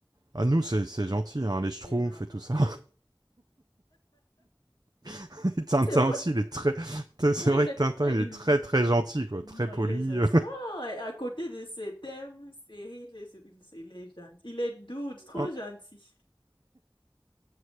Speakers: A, on the right; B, on the left.
A: Ah nous, c'est c'est gentil, hein, les Schtroumpfs
B: Eh non,
A: et
B: non.
A: tout ça.
B: <laughs> euh,
A: <laughs> Et Tintin
B: C'est vrai.
A: aussi, il est très... C'est
B: Non,
A: vrai
B: il est
A: que Tintin,
B: très.
A: il
B: Oui.
A: est très très gentil, quoi.
B: Non,
A: Très poli.
B: il est juste.
A: euh.
B: Ah, et à côté de ses thèmes, séries, il est, il c'est- il est gentil. Il est doux, trop
A: <laughs>
B: gentil.